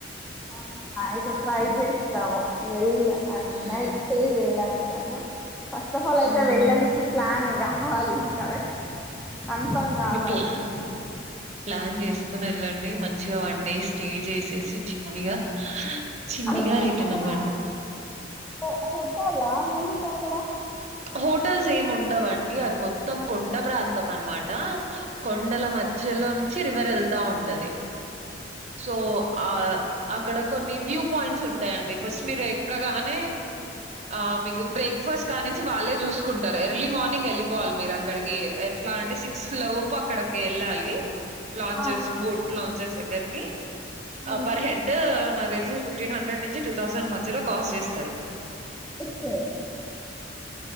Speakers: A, in the centre; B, on the right (about 35°).
A: అవున అయితే ట్రై చేస్తాము వెల్
B: ఉమ్
A: నైట్ స్టే చేయడానికి ఫస్ట్ ఆఫ్ ఆల్ అయితే
B: ఉమ్
A: వెళ్ళనికి ప్లాన్ కావాలి సర కన్ఫం కావాలి
B: ఇంక ప్లాన్ చేస్ తీసుకుని వెళ్ళండి మంచిగా వన్ డే స్టే చేసేసి చిన్నిగా చిన్నిగా
A: అంటే
B: రిటన్
A: అక్కడ
B: అవ్వండి
A: హో హోటా ఏంట్ అక్కడ
B: హోటల్స్ ఎం ఉండవ్ అది మొత్తం కొండ ప్రాంతం అనిమాట కొండల మధ్య లో నుంచి రివర్ వెళ్తా ఉంటది
A: <unintelligible> <inaudible>
B: సో ఆ అక్కడ కొన్ని వ్యూ పాయింట్స్ ఉంటాయండి ఫస్ట్ మీరు ఎక్కగానే ఆ మీకు బ్రేక్ఫాస్ట్ కానీ చి వాళ్ళే చూసుకుంటారు ఎర్లీ మార్నింగ్ వెళ్ళిపోవాలి మీరు అక్కడికి ఎట్లా అంటే సిక్స్ లోపు అక్కడికి ఎల్ వెళ్ళాలి లాంచెస్
A: ఆ
B: బోట్ లాంచెస్ దగ్గరికి
A: ఆ
B: పర్ హెడ్ న తెలిసి ఫిఫ్టీన్ హండ్రెడ్ నుంచి టూ థౌజండ్ మధ్యలో కాస్ట్ చేస్తారు
A: ఒకే